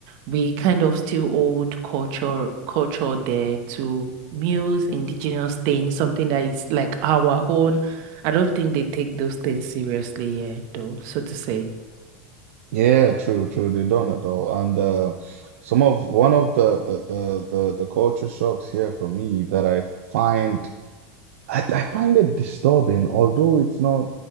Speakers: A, on the right (about 55°); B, on the right (about 75°).
A: we kind of still hold culture culture there to muse indigenous things, something that is like our own. I don't think they take those things seriously here, though, so to say.
B: Yeah, true, true. They don't at all. And uh, some of one of the the the the, the culture shocks here for me that I find I, I find it disturbing, although it's not